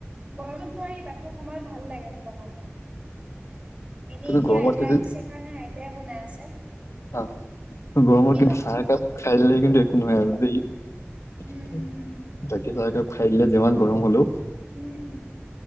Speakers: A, on the right (about 25°); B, on the left (about 85°).
A: গৰমত নোৱাৰি বাকী সময়ত ভাল লাগে বনাব। এনেই
B: কিন্তু
A: এতিয়া
B: গৰমত
A: আইতা
B: কিন্তু
A: আহিছে কাৰণে আইতাই বনাই আছে।
B: অ, গৰমৰ
A: বাকী
B: কিন্তু
A: কাম
B: চাহ একাপ খাইলে <unintelligible> কিন্তু
A: অহ
B: একো নহয় আৰু দেই।
A: উম
B: বাকী চাহ একাপ খাই দিলে যিমান গৰম হলো
A: উম।